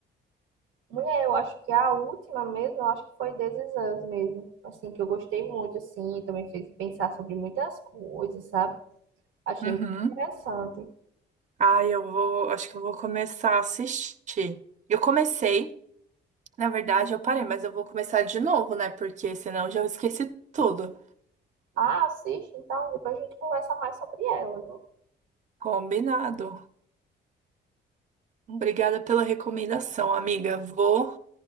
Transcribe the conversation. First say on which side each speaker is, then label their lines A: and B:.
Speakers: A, on the right; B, on the right.
A: Mulher, eu acho que a última mesmo, eu acho que foi This Is Us mesmo, assim que eu gostei muito, assim, também fez pensar sobre muitas coisas, sabe? Achei
B: Uhum.
A: muito interessante.
B: Ai, eu vou, acho que eu vou começar a assistir. Eu comecei. Na verdade, eu parei, mas eu vou começar de novo, né? Porque senão eu já esqueci tudo.
A: Ah, assiste então, depois a gente conversa mais sobre ela, viu?
B: Combinado. Obrigada pela recomendação, amiga. Vou,